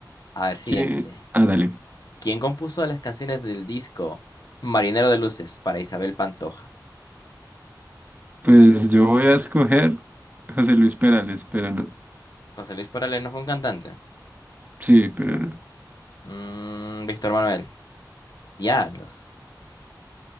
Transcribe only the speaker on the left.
A ver, siguiente.
¿Quién compuso las canciones del disco Marinero de Luces para Isabel Pantoja?
José Luis Perales no fue un cantante.
Mm, Víctor Manuel. Diablos.